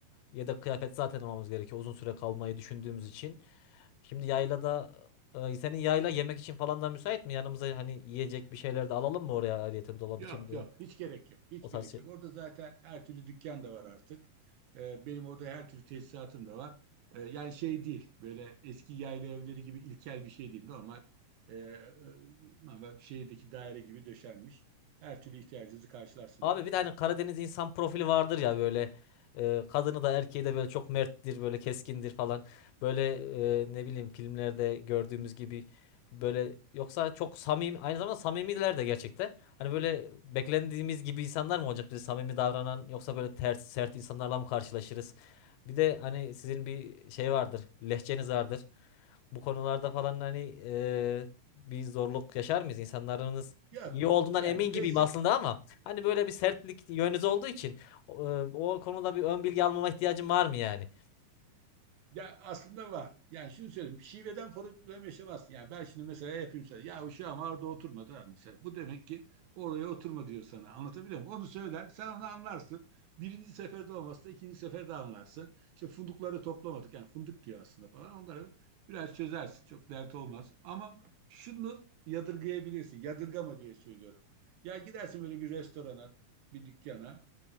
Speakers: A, on the left; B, on the right.
A: yedek kıyafet zaten almamız gerekiyor uzun süre kalmayı düşündüğümüz için. Şimdi yaylada e, senin yayla yemek için falan da müsait mi? Yanımıza hani yiyecek bir şeyler de alalım mı oraya ayrıyeten dolap
B: Yok
A: için veya
B: yok hiç gerek yok. Hiç
A: o tarz
B: gerek yok. Orada zaten
A: şey.
B: her türlü dükkan da var artık. Ee, benim orada her türlü tesisatım da var. Ee, yani şey değil böyle eski yayla evleri gibi ilkel bir şey değil. Normal e, e, normal şehirdeki daire gibi döşenmiş. Her türlü ihtiyacınızı karşılarsınız
A: Abi
B: orada.
A: bir de hani Karadeniz insan profili vardır ya böyle e, kadını da erkeği de böyle çok merttir böyle keskindir falan. Böyle e, ne bileyim filmlerde gördüğümüz gibi böyle yoksa çok samimi aynı zamanda samimiler de gerçekten. Hani böyle beklendiğimiz gibi insanlar mı olacak bize samimi davranan yoksa böyle ters sert insanlarla mı karşılaşırız? Bir de hani sizin bir şey vardır lehçeniz vardır. Bu konularda falan hani e, bir zorluk yaşar mıyız? İnsanlarınız
B: Yok
A: iyi olduğundan
B: yani
A: emin gibiyim
B: lezzet
A: aslında ama hani böyle bir sertlik yönünüz olduğu için o, e, o konuda bir ön bilgi almama ihtiyacım var mı yani?
B: Ya aslında var. Yani şunu söyleyeyim. Şiveden problem yaşamazsın. Yani ben şimdi mesela yapayım sana. Ya uşağım orada oturmadı ha mesela. Bu demek ki oraya oturma diyor sana. Anlatabiliyor muyum? Onu söyler. Sen onu anlarsın. Birinci seferde olmazsa ikinci seferde anlarsın. İşte fındıkları toplamadık. Yani fındık diyor aslında falan. Onları biraz çözersin. Çok dert olmaz. Ama şunu yadırgayabilirsin. Yadırgama diye söylüyorum. Ya gidersin böyle bir restorana, bir dükkana.